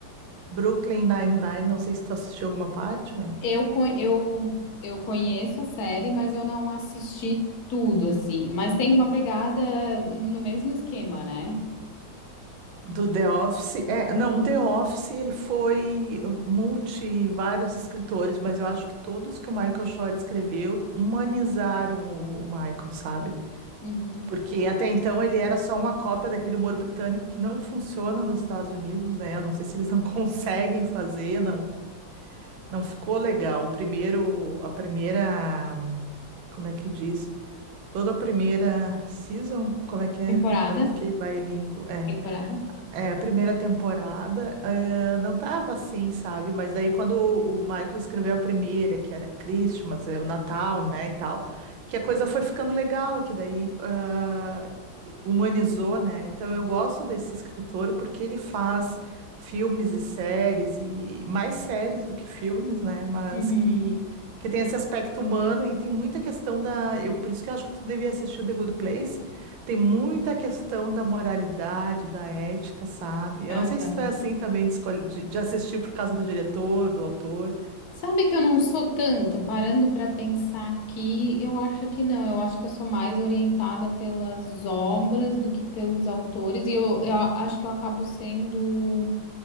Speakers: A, on the right (about 85°); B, on the left (about 65°).
A: Brooklyn Nine-Nine, não sei se tu assistiu alguma parte, né?
B: Eu, co- eu, eu conheço a série, mas eu não assisti tudo, assim. Mas tem uma pegada no mesmo esquema, né?
A: Do The Office. É, não, o The Office ele foi multi vários escritores, mas eu acho que todos que o Michael Shore escreveu humanizaram o Michael, sabe?
B: Uhum.
A: Porque até então ele era só uma cópia daquele humor britânico que não funciona nos Estados Unidos, né? Eu não sei se eles não <laughs> conseguem fazer, não, não ficou legal. O primeiro, a primeira, como é que diz? Toda a primeira season, como é que é?
B: Temporada?
A: Agora eu fiquei bilíngue. É
B: Temporada.
A: é, a primeira temporada, é, não tava assim, sabe? Mas daí quando o, o Michael escreveu a primeira, que era Christmas, é, o Natal, né, e tal, que a coisa foi ficando legal, que daí ah, humanizou, né? Então eu gosto desse escritor porque ele faz filmes e séries, e mais séries do que filmes, né? Mas
B: Uhum.
A: que, que tem esse aspecto humano e tem muita questão da... Eu, por isso que eu acho que tu devia assistir o The Good Place, tem muita questão da moralidade, da ética, sabe? Eu
B: Aham.
A: não sei se tu é assim também de, escolhe- de- de assistir por causa do diretor, do autor.
B: Sabe que eu não sou tanto, parando pra pensar aqui, eu acho que não, eu acho que eu sou mais orientada pelas obras do que pelos autores, e eu, eu a- acho que eu acabo sendo